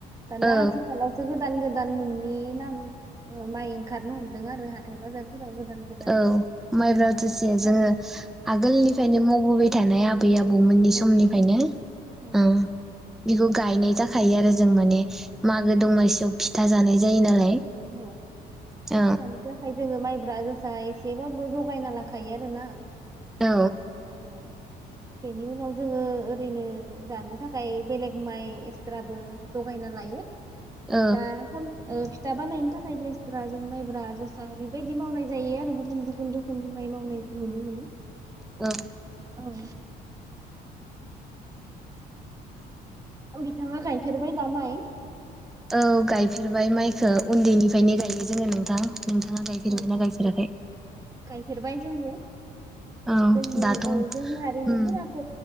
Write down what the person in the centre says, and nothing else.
औ
औ
माइब्रा
जोसाया
जोङो
आगोलनिफ्रायनो मावबोबाय थानाय आबै। आबौ मोननि
समनिफ्रायनो
ओ
बेखौ गायनाय जाखायो आरो जों माने।
मागो दमासियाव। फिथा जानाय जायो नालाय।
औ
औ।
औ
औ।
औ गायफेरबाय माइखौ उन्दैनिफ्रायनो गायो जोङो नोंथां। नोंथाङा गायफेरबायना
गायफेराखै?
औ
दाथ'
उम